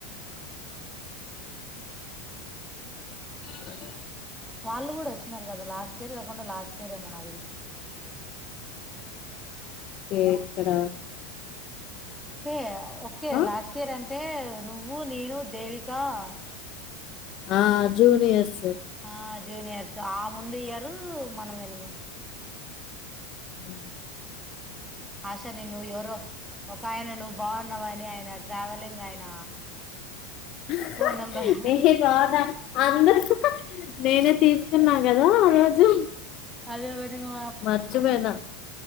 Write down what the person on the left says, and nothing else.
<unintelligible>
ఎక్కడ
ఆ
ఆ జూనియర్స్
ఉమ్
ఆహా
ఏ రాధా అందరు ఆహా నేనే తీసుకున్నా కదా రోజు
మర్చిపోయ్నా